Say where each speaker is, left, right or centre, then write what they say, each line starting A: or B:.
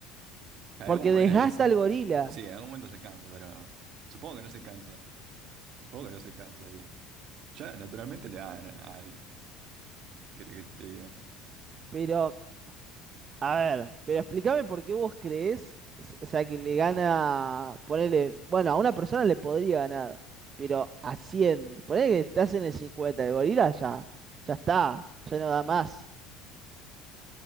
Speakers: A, on the right; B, on the right.
A: algún
B: Porque
A: momento,
B: desgasta
A: eh, sí
B: al gorila.
A: sí, en algún momento se cansa, pero supongo que no se cansa. Supongo que no se cansa Ya naturalmente le dan al. ¿Querés que te diga?
B: Pero, a ver, pero explícame por qué vos creés, s- o sea, que le gana, ponele, bueno, a una persona le podría ganar, pero a 100, Ponele que estás en el 50, el gorila ya, ya está, ya no da más.